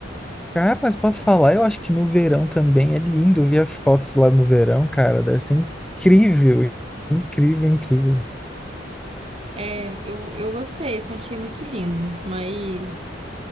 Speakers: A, in the centre; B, on the right.
A: cara, mas posso falar? Eu acho que no verão também é lindo ver as fotos lá no verão, cara, deve ser incrível, incrível, incrível.
B: É, eu, eu gostei, assim, achei muito lindo, mas,